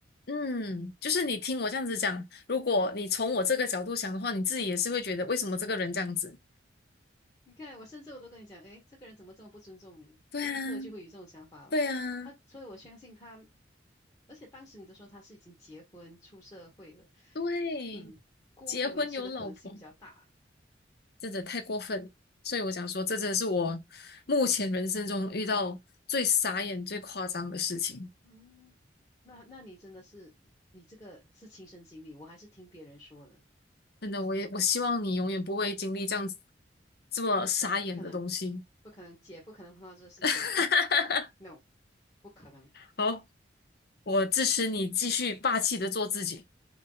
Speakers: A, on the left; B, on the left.
A: 嗯，就是你听我这样子讲，如果你从我这个角度想的话，你自己也是会觉得为什么这个人这样子？
B: 你看，我甚至我都跟你讲，哎，这个人怎么这么不尊重你？
A: 对啊，
B: 立刻就会有这种想法了。
A: 对啊，
B: 他，所以我相信他，而且当时你都说他是已经结婚出社会了，
A: 对，
B: 嗯，故意维持的可能性比较大。
A: 结婚有老婆。真的太过分了。所以我想说，这真的是我目前人生中遇到最傻眼、最夸张的事情。
B: 嗯，那那你真的是，你这个是亲身经历，我还是听别人说的，
A: 真的，我也我希望你永远不会经历这样子这么傻眼的东西。
B: 不可能，不可能，姐不可能碰到这个事情，
A: <laughs>
B: <laughs> 哼，no，不可能。
A: 好，我支持你继续霸气的做自己。